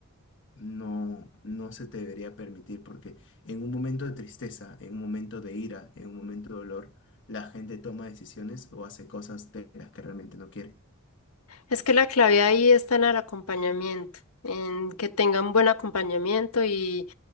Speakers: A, on the left (about 55°); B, on the left (about 80°).
A: no, no se te debería permitir, porque en un momento de tristeza, en un momento de ira, en un momento de dolor, la gente toma decisiones o hace cosas de las que realmente no quiere.
B: Es que la clave ahí está en el acompañamiento, en que tengan buen acompañamiento y,